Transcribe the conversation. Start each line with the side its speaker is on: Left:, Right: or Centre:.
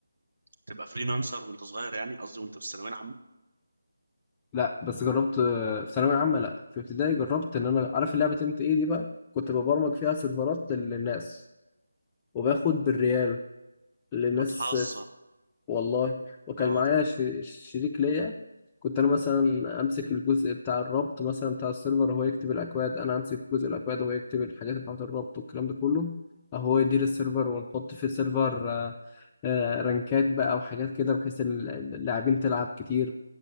Right: تبقى فريلانسر وانت صغير يعني قصدي وانت في الثانويه العامه
Left: لا بس جربت آه، في ثانوية عامة لا في ابتدائي جربت ان انا عارف اللعبة ام تي ايه دي بقى كنت ببرمج فيها سيرفرات لل- للناس وباخد بالريال للناس
Right: بتهزر
Left: والله وكان
Right: اه
Left: معايا ش- شريك ليا كنت انا مثلا امسك الجزء بتاع الربط مثلا بتاع السيرفر هو يكتب الاكواد انا امسك جزء الاكواد وهو يكتب الحاجات بتاعه الربط والكلام ده كله هو يدير السيرفر ونحط في السيرفر آه، آه، رانكات بقى وحاجات كده بحيث ال- اللاعبين تلعب كتير